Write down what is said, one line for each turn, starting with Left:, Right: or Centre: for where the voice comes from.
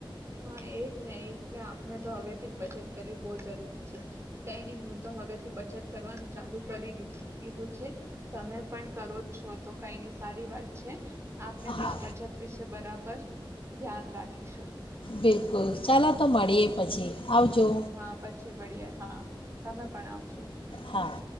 Right: હા એજ ને એટલે આપણે તો હવેથી જ બચત કરવી બોહ જરૂરી છે કઈ નઈ હું તો હવેથી બચત કરવાનું ચાલુ કરી લીધું છે તમે પણ કરો છો તો કઈ ની સારી વાત છે. આપને તો
Left: હા
Right: આ બચત વિશે બરાબર ધ્યાન રાખીશું.
Left: બિલકુલ ચાલો તો મળીએ પછી. આવજો
Right: હા પછી મળીએ, હા તમે પણ આવજો.
Left: હા